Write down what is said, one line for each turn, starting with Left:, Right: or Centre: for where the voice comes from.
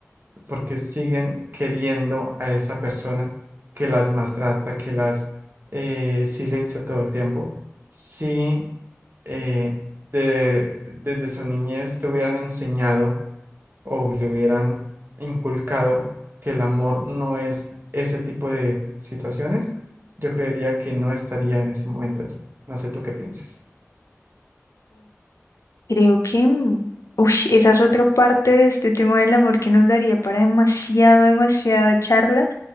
Right: porque siguen queriendo a esa persona que las maltrata, que las eh, silencia todo el tiempo. Si eh, de- desde su niñez le hubieran enseñado o le hubieran inculcado que el amor no es ese tipo de situaciones, yo creería que no estaría en ese momento allí. No sé tú qué piensas.
Left: Creo que, mm, ush, esa es otra parte de este tema del amor que nos daría para demasiado, demasiada charla,